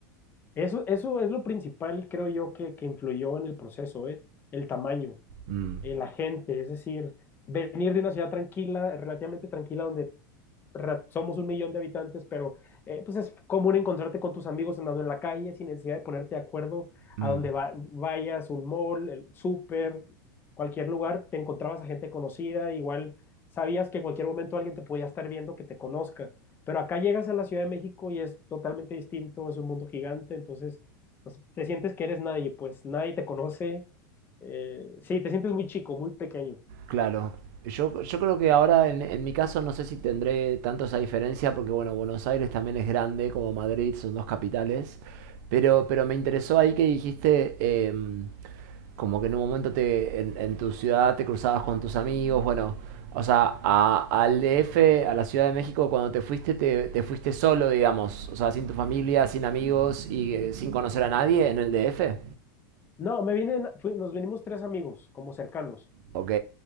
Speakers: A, on the left; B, on the right.
A: Eso, eso es lo principal, creo yo, que, que influyó en el proceso, ¿eh? El tamaño,
B: Mm,
A: eh, la gente, es decir, venir de una ciudad tranquila, relativamente tranquila, donde ra- somos un millón de habitantes, pero eh, pues es común encontrarte con tus amigos andando en la calle sin necesidad de ponerte de acuerdo
B: mm.
A: a donde va- vayas, un mall, el súper, cualquier lugar, te encontrabas a gente conocida, igual sabías que en cualquier momento alguien te podía estar viendo que te conozca, pero acá llegas a la Ciudad de México y es totalmente distinto, es un mundo gigante, entonces pues, te sientes que eres nadie, pues nadie te conoce, eh, sí, te sientes muy chico, muy pequeño.
B: Claro, yo, yo creo que ahora en, en mi caso no sé si tendré tanto esa diferencia porque bueno, Buenos Aires también es grande como Madrid, son dos capitales, pero, pero me interesó ahí que dijiste em, como que en un momento te, en, en tu ciudad te cruzabas con tus amigos, bueno, o sea, a- al DF, a la Ciudad de México, cuando te fuiste, te, te fuiste solo, digamos, o sea, sin tu familia, sin amigos y eh, sin conocer a nadie en el DF.
A: No, me vine, fui- nos vinimos tres amigos, como cercanos.
B: Ok.